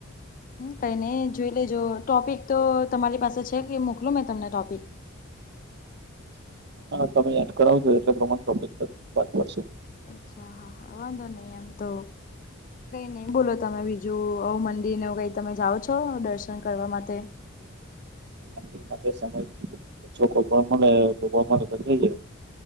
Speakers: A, on the left; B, on the right.
A: કઈ નહી જોઈ લેજો ટોપિક તો તમારી પાસે છે કે મોકલું મેં તમને ટોપિક.
B: તમે યાદ કરાવજો એટલે પ્રમાણે ટોપિક પર વાત કરશો.
A: અચ્છા હા હા વાંધો નહી આમ તો. કઈ નહી બોલો તમે બીજું આવું મંદિરને એવું કઈ તમે જાઓ છો દર્શન કરવા માટે.
B: મંદિર માં જે સમય જો કોઈ પણ મળે તો <unintelligible> જઈએ